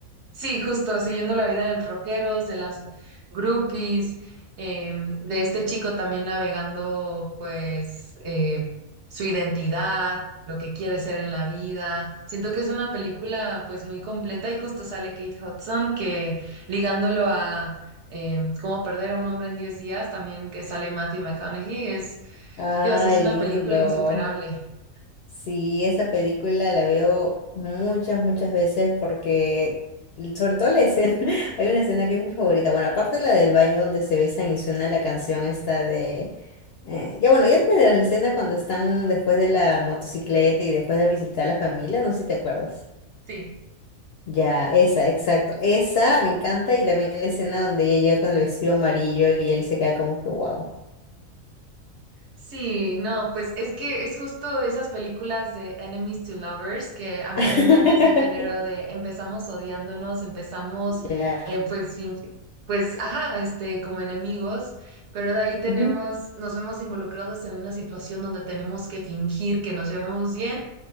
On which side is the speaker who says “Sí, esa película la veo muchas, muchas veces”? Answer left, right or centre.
Left